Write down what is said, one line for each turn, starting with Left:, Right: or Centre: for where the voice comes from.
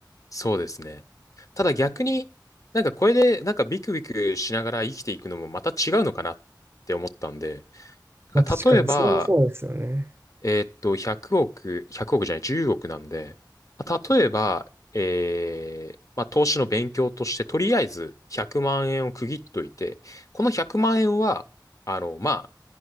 Left: そうですね。ただ逆になんかこれでなんかビクビクしながら生きていくのもまた違うのかなって思ったんで、
Right: まあ確かに、
Left: だから例えば、
Right: それもそうですよね。
Left: えーっと、100億、100億じゃない、10億なんで、まあ例えば、えーまあ、投資の勉強として、とりあえず100万円を区切っといて、この100万円は、あの、まあ、